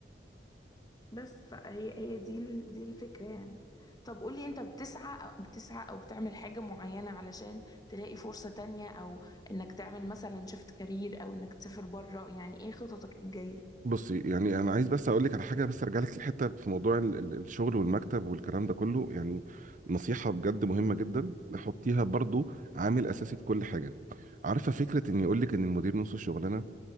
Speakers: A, on the left; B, on the right.
A: بس فهي هي دي ال- دي الفكره يعني طب قولي انت بتسعى او بتسعى او بتعمل حاجه معينه علشان تلاقي فرصه تانية او انك تعمل مثلا شيفت كارير او انك تسافر بره يعني ايه خططك الجايه
B: بصي يعني انا عايز بس اقول لك على حاجه بس ارجع لك لحته في موضوع ال- ال- الشغل والمكتب والكلام ده كله يعني نصيحه بجد مهمه جدا نحطيها برضو عامل اساسي في كل حاجه عارفه فكره ان يقول لك ان المدير نص الشغلانه